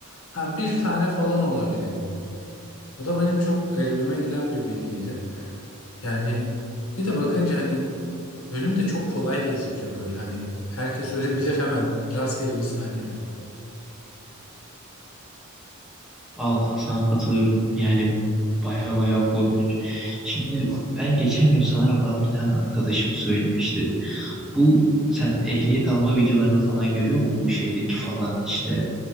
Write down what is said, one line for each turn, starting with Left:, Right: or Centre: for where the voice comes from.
Left: ha, bir tane falan olabiliyor. O da benim çok garibime giden bir bilgiydi. Yani bir de bakınca hani ölüm de çok kolay gözüküyor böyle hani herkes ölebilir hemen rastgele bir saniyede.
Centre: Vallahi sana katılıyorum. Yani baya baya korkunç. Şimdi ben geçen gün sanırım bana bir tane arkadaşım söylemişti. Bu sen ehliyet alma videolarını falan görüyor mu? Bu şeydeki falan işte